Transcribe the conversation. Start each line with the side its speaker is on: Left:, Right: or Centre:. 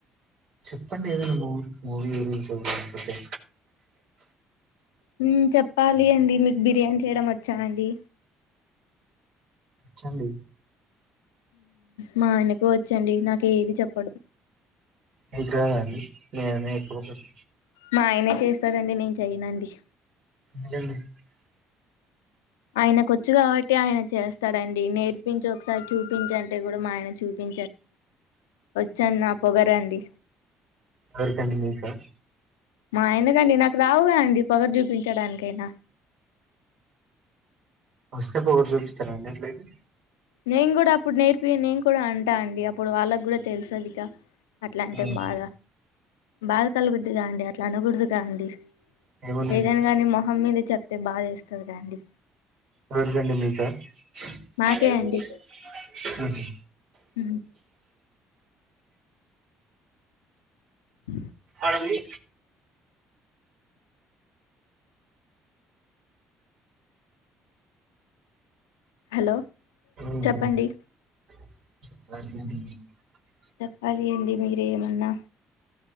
Right: చెప్పండి ఏదైనా movie movie a reel so లేకపోతే
Left: మ్మ్ చెప్పాలి అండి మీకు బిర్యానీ చేయడం వచ్చా అండి
Right: వచ్చాండి
Left: మా ఆయనకు వచ్చండి నాకు ఏది చెప్పాడు
Right: మీకు రాదండి మీ అయన నేర్పాకపొతే
Left: మా ఆయనే చేస్తారాండి నేను చెయ్యనండి
Right: అంతేలే <unintelligible>
Left: ఆయనకు వచ్చు కాబట్టి ఆయన చేస్తాడండి నేర్పించు ఒకసారి చూపించు అంటే కూడా మా ఆయన చూపి వచ్చాన్న నా పొగరండి
Right: ఎవరుకండి మీకా
Left: మా అయనకండి నాకు రావుగా అండి పొగరు చూపించడానికి అయిన
Right: <unintelligible> చూపిస్తారా అండి అట్లాయితే
Left: నేను కూడా అప్పుడు నేర్పి నేను కూడా అంటా అండి అప్పుడు వాళ్ళకు కూడా తెలుసేది గా అట్లాంటే
Right: ఉమ్,
Left: బాధ బాధ కలుగుద్దుగా అండి అట్లా అనకూడదుగా అండి
Right: ఏమోనండి
Left: ఏదన్న కానీ మొహం మీద చెప్తే బాద ఏస్తాది గా అండి
Right: ఎవరుకండి మీకా
Left: మాకే
Right: మ్మ్
Left: అండి హ్మ్. అ
Right: అదాండి
Left: హలో
Right: ఉమ్
Left: చెప్పండి
Right: ఉమ్ <inaudible>
Left: చెప్పాలి అండి మీరేమన్నా